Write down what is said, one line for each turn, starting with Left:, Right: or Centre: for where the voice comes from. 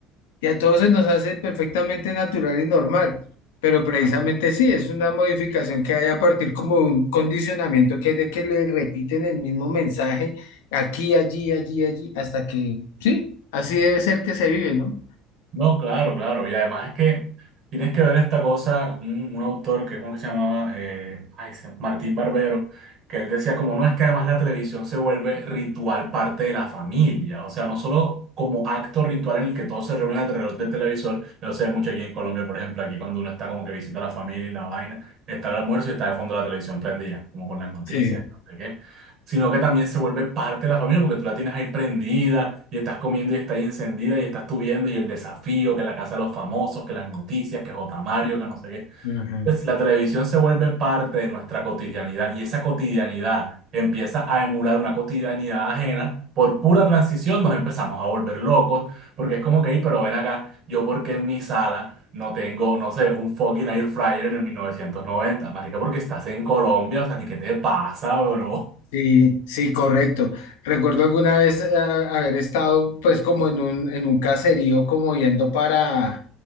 Left: y a todos se nos hace perfectamente natural y normal, pero precisamente sí, es una modificación que hay a partir como de un condicionamiento que es de que le repiten el mismo mensaje aquí, allí, allí, allí, hasta que, sí, así debe ser que se vive, ¿no?
Right: No, claro, claro. Y además es que tienes que ver esta cosa, un, un autor que es uno que se llamaba eh, ay, se- Martín Barbero, que él decía como no es que además la televisión se vuelve ritual parte de la familia, o sea, no solo como acto ritual en el que todos se reúnen alrededor del televisor, yo sé mucho aquí en Colombia, por ejemplo, aquí cuando uno está como que visita a la familia y la vaina, está el almuerzo y está de fondo la televisión prendida, como con las noticias,
Left: Sí.
Right: no sé qué sino que también se vuelve parte de la familia porque tú la tienes ahí prendida y estás comiendo y está ahí encendida y estás tú viendo y el desafío, que la casa de los famosos, que las noticias, que J. Mario, que no sé qué.
Left: ajá.
Right: Pues la televisión se vuelve parte de nuestra cotidianidad y esa cotidianidad empieza a emular una cotidianidad ajena. Por pura transición nos empezamos a volver locos porque es como que, "Ey, pero ven acá, yo porque en mi sala no tengo, no sé, un fucking air fryer en el 1990, marica, porque estás en Colombia, o sea, ni qué te pasa, bro?
Left: Sí, sí, correcto. Recuerdo alguna vez ah, haber estado pues como en un, en un caserío como yendo para,